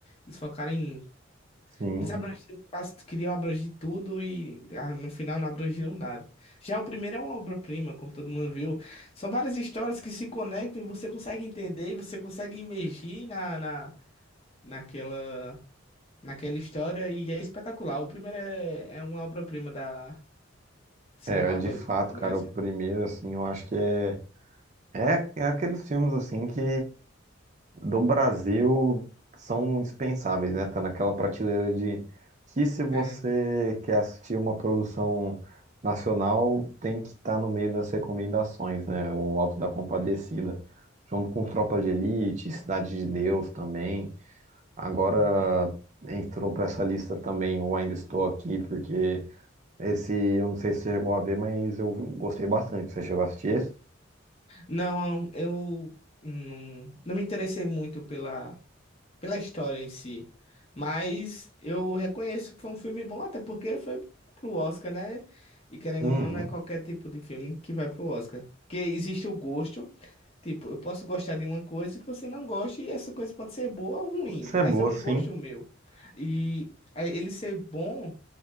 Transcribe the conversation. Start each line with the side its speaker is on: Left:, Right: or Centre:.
Left: Eles focaram em.
Right: sim.
Left: Eles abrangeram quase, queriam abranger tudo e ah, no final não abrangeram nada. Já o primeiro é uma obra-prima, como todo mundo viu. São várias histórias que se conectam e você consegue entender e você consegue imergir na, na, naquela, naquela história e é espetacular. O primeiro é, é uma obra-prima da Cinematográfico
Right: É, é de fato,
Left: do
Right: cara,
Left: Brasil.
Right: o primeiro, assim, eu acho que é. É, é aqueles filmes assim que do Brasil são indispensáveis, né? Tá naquela prateleira de que se você
Left: É.
Right: quer assistir uma produção nacional, tem que estar no meio das recomendações, né? O Alto da Compadecida, junto com Tropa de Elite, Cidade de Deus também. Agora
Left: Uhum.
Right: entrou para essa lista também o Ainda Estou Aqui, porque esse eu não sei se você chegou a ver, mas eu gostei bastante. Você chegou a assistir esse?
Left: Não, eu não, não me interessei muito pela, pela história em si, mas eu reconheço que foi um filme bom, até porque foi pro Oscar, né? E querendo
Right: Uhum.
Left: ou não, não é qualquer tipo de filme que vai pro Oscar. Porque existe o gosto, tipo, eu posso gostar de uma coisa que você não goste, e essa coisa pode ser boa ou ruim,
Right: Pode ser
Left: mas
Right: boa,
Left: é um
Right: sim.
Left: gosto meu. E é, ele ser bom.